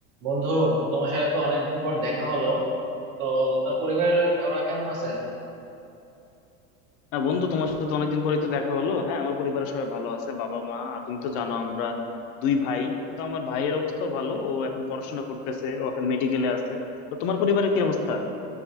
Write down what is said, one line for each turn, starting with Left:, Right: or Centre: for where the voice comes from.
Right: বন্ধু তোমার সাথে তো অনেকদিন পর দেখা হলো তো তোমার পরিবারের ওরা কেমন আছে
Left: হ্যাঁ বন্ধু তোমার সাথে অনেকদিন পরেই তো দেখা হলো হ্যাঁ আমার পরিবারের সবাই ভালো আছে বাবা মা আর তুমি তো জানো আমরা দুই ভাই তো আমার ভাইয়ের অবস্থা ভালো ও এখন পড়াশোনা করতেছে ও এখন মেডিকেলে আছে তো তোমার পরিবারে কি অবস্থা